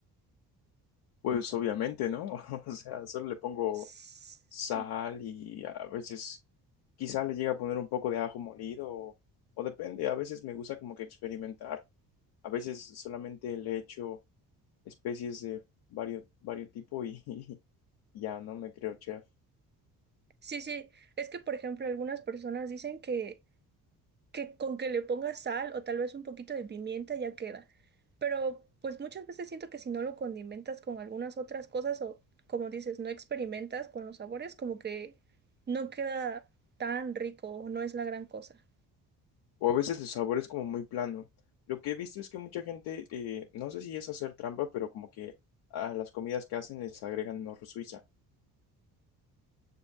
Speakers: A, on the left; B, on the right.
A: Pues obviamente, ¿no? <laughs> O sea, solo le pongo
B: Sí,
A: sal y a veces quizá le llega a poner un poco de ajo molido o, o depende, a veces me gusta como que experimentar, a veces solamente le echo especies de varios, varios tipos y, <laughs> y ya no me creo chef.
B: sí, sí. Es que, por ejemplo, algunas personas dicen que que con que le pongas sal o tal vez un poquito de pimienta ya queda. Pero pues muchas veces siento que si no lo condimentas con algunas otras cosas o como dices, no experimentas con los sabores, como que no queda tan rico o no es la gran cosa.
A: o a veces el sabor es como muy plano. Lo que he visto es que mucha gente, eh, no sé si es hacer trampa, pero como que a las comidas que hacen les agregan nor suiza.